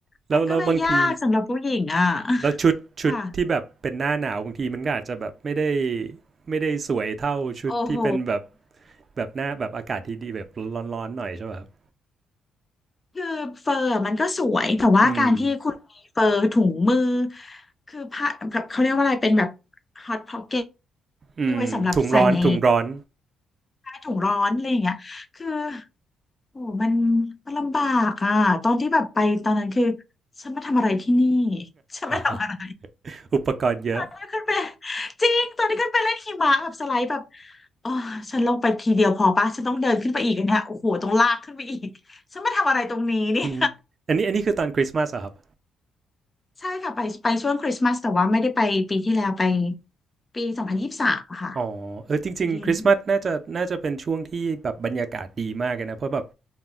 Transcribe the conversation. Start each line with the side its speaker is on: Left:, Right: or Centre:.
Right: แล้วแล้วบางที
Left: มันก็เลยยากสำหรับผู้หญิงอ่ะ
Right: แล้วชุดชุดที่แบบเป็นหน้าหนาวบางทีมันก็อาจจะแบบไม่ได้
Left: ค่ะ
Right: ไม่ได้สวยเท่าชุดที่เป็นแบบ
Left: โอ้โห
Right: แบบหน้าแบบอากาศที่ดีแบบร้อนๆหน่อยใช่ป่ะครับ
Left: คือเฟอร์มันก็สวยแต่ว่าการที่คุณมีเฟอร์ถุงมือ
Right: อืม
Left: คือผ้าแบบเขาเรียกว่าอะไรเป็นแบบฮอตพ็อกเก็ต
Right: อืมถุงร้อนถุงร้อน
Left: ที่ไว้สำหรับใส่ในใต้ถุงร้อนอะไรอย่างเงี้ยคือโอ้มันมันลำบากอ่ะตอนที่แบบไปตอนนั้นคือฉันมาทำอะไรที่นี่ฉันมาทำอะไร
Right: <laughs> อุปกรณ์เยอะ
Left: ตอนีขึ้นไปจริงตอนนี้ขึ้นไปเล่นหิมะแบบสไลด์แบบอ๋อฉันลงไปทีเดียวพอปะฉันต้องเดินขึ้นไปอีกอันเนี่ยโอ้โหต้องลากขึ้นไปอีกฉันมาทำอะไรตรงนี้เนี่ย
Right: <laughs> ออันนี้อันนี้คือตอนคริสต์มาสเหรอครับ
Left: ใช่ค่ะไปไปช่วงคริสต์มาสแต่ว่าไม่ได้ไปปีที่แล้วไปปีสองพันยี่สิบสามค่ะ
Right: อ๋อเออจริงๆคริสต์มาสน่าจะน่าจะเป็นช่วงที่แบบบรรยากาศดีมากเลยนะเพราะแบบ
Left: อยู่เย็น